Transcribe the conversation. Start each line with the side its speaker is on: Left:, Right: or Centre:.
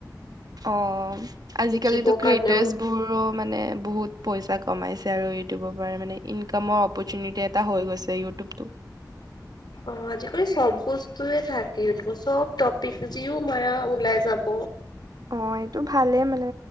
Right: অ' আজিকালিতো
Left: শিকিবৰ
Right: ক্ৰিয়েটাৰ্চ
Left: কাৰণেও
Right: বোৰো মানে বহুত পইচা কমাইছে, আৰু ইউটিউবৰ পৰা মানে ইনকামৰ অপৰচুনিটি এটা হৈ গৈছে ইউটিউবটো।
Left: অ আজিকালি চব বস্তুৱে থাকে ইউটোবত চব টপিক যিও মায়া ওলাই যাব
Right: অ, এইটো ভালে মানে